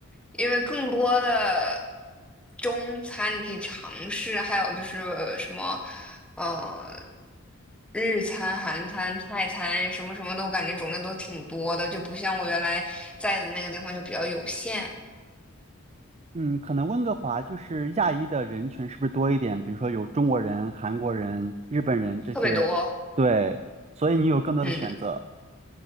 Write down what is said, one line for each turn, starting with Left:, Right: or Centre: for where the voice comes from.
Centre: 因为更多的中餐你可以尝试，还有就是什么呃日餐、韩餐、泰餐什么什么都感觉种类都挺多的，就不像我原来在的那个地方就比较有限，
Right: 嗯，可能温哥华就是亚裔的人群是不是多一点？比如说有中国人、韩国人、日本人这些，
Centre: 特别多。
Right: 对，所以你有更多的选择。
Centre: 嗯，